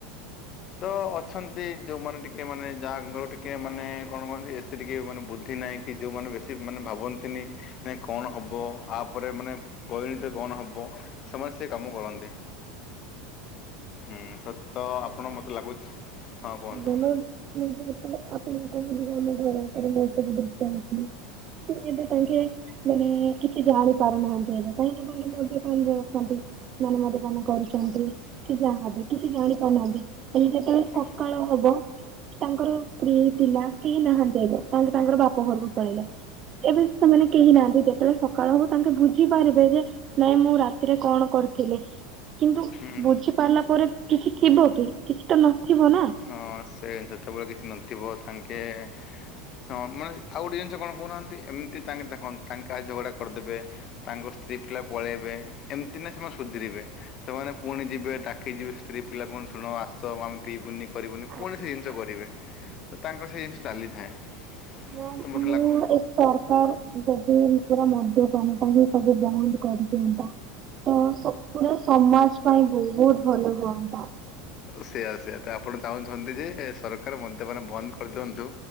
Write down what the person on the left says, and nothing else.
ତ ଅଛନ୍ ନ୍ତି ଯୋଉମାନେ ଟିକେ,, ମାନେ ଯାହାଙ୍କର ଟିକେ ମାନେ କଣ କହନ୍ତି ଏତେ ଟିକେ ମାନେ ବୁଦ୍ଧି ନାହିଁ କି ଯେଉଁମାନେ ବେଶୀ ମାନେ ଭାବନ୍ତିନି କଣ ହବ? ଆ ପରେ ମାନେ ପରିଣିତି କଣ ହବ ସେମାନେ ସେ କାମ କରନ୍ତି। ହୁଁ ସତ ଆପଣ ମତେ ଲାଗୁଛି ହଁ କୁହନ୍ତୁ
ହଁ
ହୁଁ
ହଁ ସେ ସେତେବେଳେ କିଛି ନଥିବ ତାଙ୍କେ ହଁ ମାନେ ଆଉ ଗୋଟେ ଜିନଷ କଣ କହୁନାହାଁନ୍ତି ଏମିତି ତାଙ୍କେ ଦେଖନ୍ତୁ ତାଙ୍କେ ଆଜି ଝଗଡ଼ା କରିଦେବେ। ତାଙ୍କ ସ୍ତ୍ରୀ ପିଲା ପଳେଇବେ ଏମିତି ନା ସେମାନେ ସୁଧିରିବେ। ସେମାନେ ପୁଣି ଯିବେ ଡାକି ଯିବେ ସ୍ତ୍ରୀ ପିଲା କଣ ଶୁଣ ଆ ତ ଆମେ ପିଇବୁନି କରିବୁନି
ପୁଣି ସେ ଜିନିଷ
କରିବେ ତାଙ୍କର ସେଇ ଜିନିଷ ଚାଲିଥାଏ।
ତ ମୋତେ
ଲାଗୁ
ସେଇୟା ସେଆ ତ ଆପଣ ଚାହୁଁଛନ୍ତି ଯେ ସରକାର ମଦୂପାନ ବନ୍ଦ କରିଦିଅନ୍ତୁ।